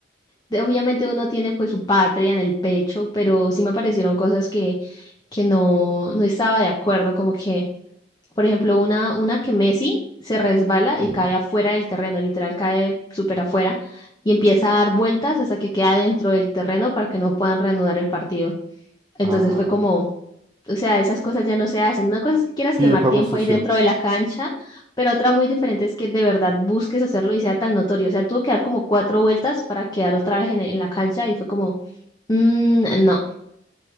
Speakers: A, on the left; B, on the right.
A: de- obviamente uno tiene pues su patria en el pecho, pero sí me aparecieron cosas que, que no, no estaba de acuerdo, como que, por ejemplo, una, una que Messi se resbala
B: Ujú.
A: y cae afuera del terreno, literal cae súper afuera y empieza a dar vueltas hasta que queda dentro del terreno para que no puedan reanudar el partido. Entonces
B: Ah,
A: fue como... O sea, esas cosas ya no se hacen. Una cosa es que quieras
B: sí,
A: quemar
B: el juego
A: tiempo
B: sucio.
A: ahí dentro de la cancha, pero otra muy diferente es que de verdad busques hacerlo y sea tan notorio. O sea, tuvo que dar como cuatro vueltas para quedar otra vez en, en la cancha y fue como, "Mm, no.